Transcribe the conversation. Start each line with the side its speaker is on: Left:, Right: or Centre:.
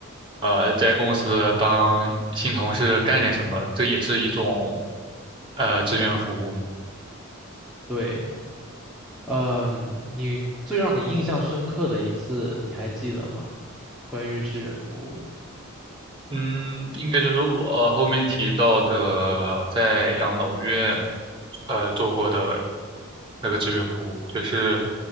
Right: 呃在公司帮新同事干点什么，这也是一种呃志愿服务嘛。
Centre: 对，嗯，你最让你印象深刻的一次，你还记得吗？关于志愿服务。
Right: 嗯，应该就是我后面提到的在养老院呃做过的那个志愿服务，就是